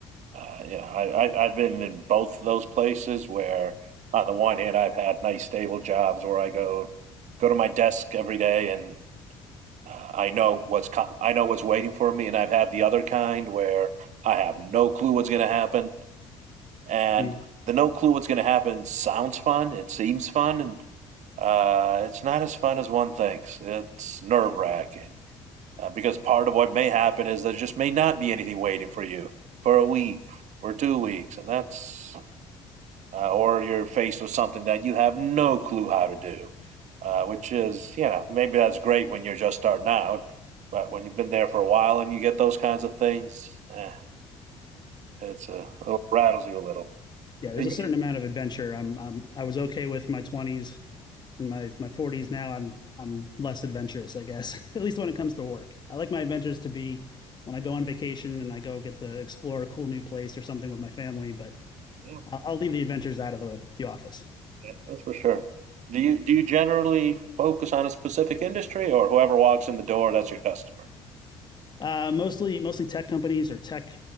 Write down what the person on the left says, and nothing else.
Yeah.
Yeah. There's
a
certain amount of adventure. I'm, I'm I was okay with my twenties in my my 40s now, I'm I'm less adventurous, I guess. <laughs> At least when it comes to work. I like my adventures to be when I go on vacation and I go get to explore a cool new place or something with my family, but
I'll, I'll leave the adventures out of the the office.
Uh, mostly mostly tech companies or tech